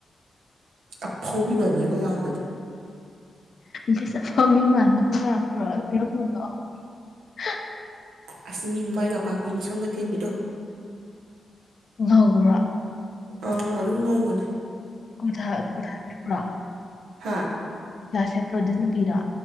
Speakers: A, on the right (about 85°); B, on the left (about 60°).
A: ꯑꯐꯥꯎꯕꯤ ꯃꯥꯟꯕꯤ ꯑꯃꯒ ꯂꯥꯒꯑꯝꯕꯅꯦ
B: ꯃꯤꯁ ꯃꯐꯥꯎꯕꯤ ꯃꯥꯟꯕꯤ ꯑꯃꯒ ꯂꯥꯛꯄ꯭ꯔꯣ <inaudible> <unintelligible>
A: ꯑꯁꯤꯁ ꯃꯤ ꯃꯃꯥꯏꯒ ꯄꯥꯛꯄꯤ ꯃꯁꯝꯒ ꯇꯦꯟꯕꯤꯗꯣ
B: ꯉꯧꯕ꯭ꯔꯣ
A: ꯑꯥ ꯑꯗꯨꯝ ꯉꯧꯕꯅꯤ
B: ꯈꯨꯊ ꯈꯨꯊꯔꯛꯄ꯭ꯔꯣ
A: ꯍꯥꯥ
B: <unintelligible> ꯑꯗꯨ ꯅꯨꯄꯤꯗꯣ